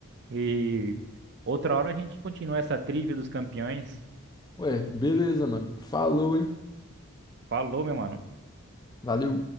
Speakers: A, on the right; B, on the left.
A: e outra hora a gente continua essa trilha dos campeões.
B: Ué, beleza, mano. Falou, hein?
A: Falou, meu mano.
B: Valeu.